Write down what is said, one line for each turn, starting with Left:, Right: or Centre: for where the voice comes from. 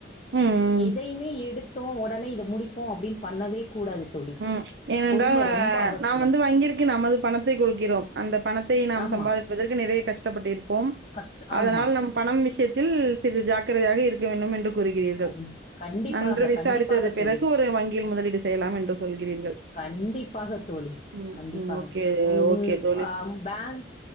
Right: ம்.
Left: எதையுமே எடுத் த்தோ உடனே இது முடிப்போ அப்புடின் பண்ணவே கூடாது தோழி
Right: ம் ஏனென்றால்
Left: பொறுமை
Right: அ
Left: ரொம்ப அவசியம்
Right: நா வந்து வாங்கிருக் கி நம்மள் பணத்தை குடுக்கிறோம் அந்தப் பணத்தை நாம்
Left: ஆமாம்
Right: சம்பாதிப்பதற்கு நிறைய கஷ்டப்பட்டு இருப்போம்
Left: கஷ்டம்
Right: அதனால்
Left: ஆமாம்
Right: நம் பணம் விஷயத்தில் சிறிது ஜா க்கிரதையாக இருக்க வேண்டும் என் கூறுகிறீர்கள்
Left: கண் கண்டிப்பாக,
Right: நன்று விசாரித்தது
Left: கண்டிப்பாக
Right: பிறகு
Left: தோழி.
Right: ஒரு வங்கியில் முதலீடு செய்யலாம் என்று சொல்கிறீர்கள்.
Left: கண்டிப்பாக தோழி
Right: ம்,
Left: கண்டிப்பாக
Right: ம். ஓகே,
Left: உன்
Right: ஓகே
Left: உன்
Right: தோழி.
Left: அஹ் பேங்க்